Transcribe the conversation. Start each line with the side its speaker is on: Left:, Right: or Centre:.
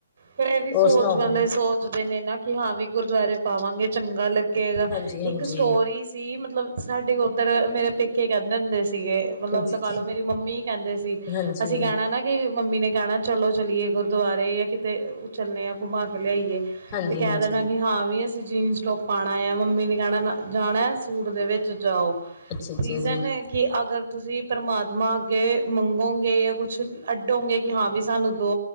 Right: ਫਿਰ ਇਹ ਵੀ
Left: ਹੋਰ
Right: ਸੋਚ
Left: ਸੁਣਾਓ
Right: ਵਾਲੇ ਸੋਚਦੇ ਨੇ ਨਾ ਕਿ ਹਾਂ ਵੀ ਗੁਰਦੁਆਰੇ ਪਾਵਾਂਗੇ ਚੰਗਾ ਲੱਗੇਗਾ
Left: ਹਾਂਜੀ ਹਾਂਜੀ
Right: ਇੱਕ ਸਟੋਰੀ ਸੀ ਮਤਲਬ ਸਾਡੇ ਕੋਲ ਉੱਧਰ ਮੇਰੇ ਪੇਕੇ ਕਹਿੰਦੇ ਹੁੰਦੇ ਸੀਗੇ ਮਤਲਬ
Left: ਹਾਂਜੀ
Right: ਲਗਾ ਲੋ ਮੇਰੀ ਮੰਮੀ ਹੀ ਕਹਿੰਦੇ ਸੀ
Left: ਹਾਂਜੀ
Right: ਅਸੀਂ ਕਹਿਣਾ ਨਾ ਕਿ ਮੰਮੀ ਨੇ ਕਹਿਣਾ ਚਲੋ ਚਲੀਏ ਗੁਰਦੁਆਰੇ ਜਾਂ ਕਿਤੇ ਚੱਲਣੇ ਆ ਘੁੰਮਾ ਕੇ ਲਿਆਈਏ।
Left: ਹਾਂਜੀ
Right: ਤੇ ਕਹਿ
Left: ਹਾਂਜੀ
Right: ਦੇਣਾ ਕਿ ਹਾਂ ਵੀ ਅਮਸ ਤੇ ਜੀਨਸ ਟੋਪ ਪਾਣਾ ਆ ਮੰਮੀ ਨੇ ਕਹਿਣਾ ਜਾਣਾ ਸੂਟ ਦੇ ਵਿੱਚ ਜਾਓ
Left: ਅੱਛਾ ਅੱਛਾ
Right: ਰੀਜ਼ਨ
Left: ਜੀ
Right: ਏ ਕਿ ਅਗਰ ਤੁਸੀਂ ਪ੍ਰਮਾਤਮਾ ਅੱਗੇ ਮੰਗੋ ਗੇ ਜਾਂ ਕੁਛ ਅੱਡੋਂਗੇ ਕਿ ਹਾਂ ਵੀ ਸਾਨੂੰ ਦੋ